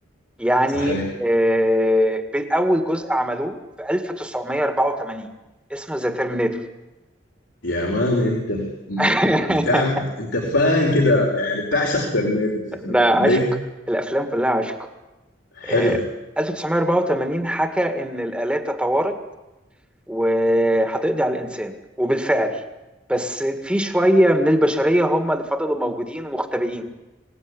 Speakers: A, in the centre; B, on the left.
A: يعني
B: صحيح
A: آه، أول جزء عملوه في 1984 اسمه ذا ترمينيتور
B: يا مان انت ف- م-
A: <laughs>
B: متابع انت فان كده يعني بتعشق ترمينيتر شكلك
A: ده عشق
B: قول لي
A: الأفلام كلها عشق آه،
B: حلو
A: 1984 حكى إن الآلات تطورت وهتقضي على الإنسان وبالفعل بس في شوية من البشرية هم اللي فضلوا موجودين ومختبئين